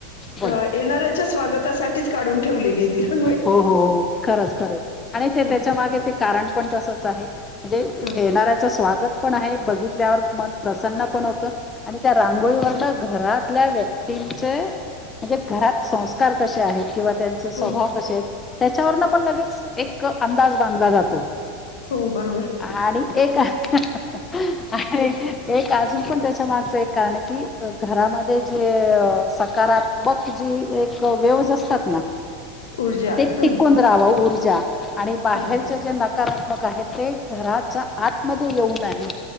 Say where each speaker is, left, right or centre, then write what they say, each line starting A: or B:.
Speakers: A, on the left (about 20°); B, on the left (about 80°).
A: बोला
B: येणाऱ्याच्या स्वागतासाठी काढून दीली ती ह.
A: हो हो खरंच खरंच आणि ते
B: हा
A: त्याच्या मागे ते कारण पण तसच आहे जे
B: हा
A: येणाऱ्याचं स्वागत पण आहे बघित त्यावर मन प्रसन्न पण होत आणि त्या रांगोळीवरड घरातल्या व्यक्तींचे म्हणजे घरात संस्कार कसे आहेत किंवा त्यांचे स्वभाव
B: हो
A: कशे त्याच्यावरन पण लगेच एक अंदाज बांधला जातो.
B: हो बरोबर
A: आणि एक आणि एक अजून पण त्याच्या मागचा एक कारण की घरामध्ये जे अ सकारात्मक एक वेवज असतात ना
B: ऊर्जा
A: ते
B: हा
A: टिकून राहाव ऊर्जा आणि बाहेरच्या
B: हा
A: जे नाकारा त्मक ते घराच्या आतमध्ये येऊ नाही